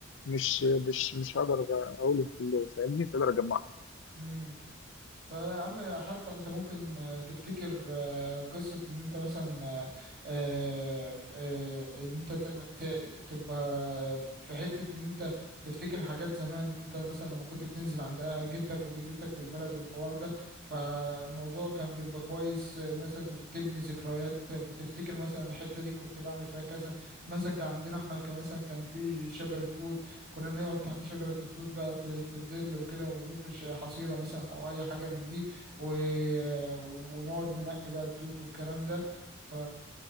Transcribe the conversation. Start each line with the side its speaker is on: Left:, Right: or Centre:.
Left: مش مش مش هقدر اقول كله فاهمني مش هقدر اجمعه
Right: اه فيا عم حتى انت ممكن آه، تفتكر آه، قصة ان انت مثلا آه، آه، ف- آه، ان انت ت- ت- تبقى في حتة ان انت تفتكر حاجات زمان انت مثلا لما كنت بتنزل عند آه، جدك وجدتك في البلد والحوار ده فالموضوع كان بيبقى كويس آه، مثلا تف- تبني ذكريات تفتكر مثلا الحتة دي كنت بعمل فيها كذا مثلا كان عندنا احنا كان مثلا كان في شجرة توت كنا نقعد تحت شجرة التوت بقى في في الظل وكده ونفرش حصيرة مثلا أو أي حاجة من دي و... آه، ون- ونقعد ننقي بقى التوت والكلام ده ف...